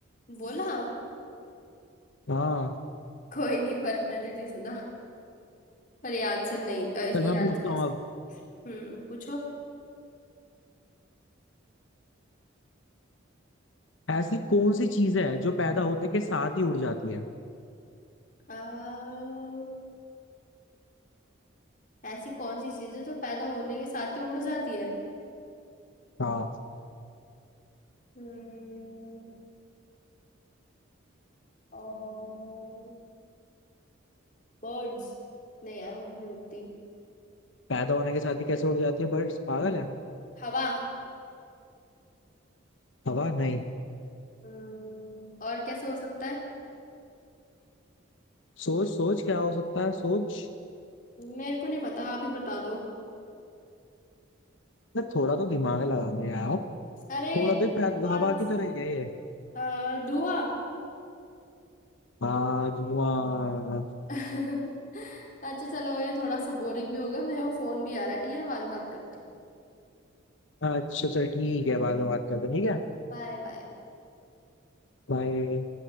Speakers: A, on the left (about 40°); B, on the left (about 75°).
A: बोला
B: हाँ
A: कोई नहीं पर मैंने नहीं सुना पर ये आंसर नहीं अ, ये
B: चल मैं पूछता
A: आंसर है
B: हूँ
A: इसका।
B: अब
A: हम्म पूछो
B: ऐसी कौन सी चीज है जो पैदा होते के साथ ही उड़ जाती है
A: आ, ऐसी कौन सी चीज है जो पैदा होने के साथ ही उड़ जाती है
B: हाँ
A: हम्म और बर्ड्स नहीं यार वो तो नहीं उड़ती
B: पैदा होने के साथ ही कैसे उड़ जाती है बर्ड्स पागल है
A: हवा
B: हवा नहीं
A: हम्म, और कैसे हो सकता है
B: सोच सोच क्या हो सकता है सोच
A: मेरे को नहीं पता आप ही बता दो
B: मैं थोड़ा तो दिमाग लगा ले यार
A: अरे
B: थोड़ा देख पैदा
A: मेरे को
B: तो
A: आंसर
B: हवा की तरह ही है ये
A: अ, धुआं
B: हाँ धुआं
A: <laughs> अच्छा चलो ये थोड़ा सा बोरिंग भी हो गया मेरे को फोन भी आ रहा है ठीक है बाद में बात करती हूँ
B: अच्छा चल ठीक है बाद में बात करते हैं, ठीक है
A: Bye bye
B: बाय